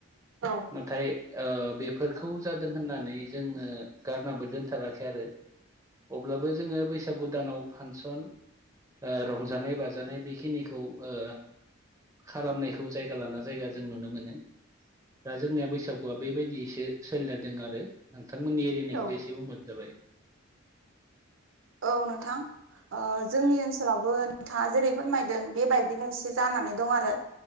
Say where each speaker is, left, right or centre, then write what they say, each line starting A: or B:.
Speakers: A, on the right; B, on the right.
A: औ
B: नाथाय ओ बेफोरखौ जादों होननानै जोङो गारनाबो दोनथाराखै आरो। अब्लाबो जोङो बैसागु दानाव फांसन ओ रंजानाय बाजानाय बेखिनिखौ ओ खालामनाय‌ खो खौ जायगा लाना जायगा जों नुनो मोनो। दा जोंनिया बैसागुआ बेबायदिसो सोलिना दङ आरो। नोंथांमोननि एरैनिखौबो
A: औ
B: एसे बुंबानो जाबाय।
A: औ नोंथां। ओ जोंनि ओनसोलावबो नोंथाङा जेरै फोरमायदों बे बायदिनो एसे जानानै दं आरो।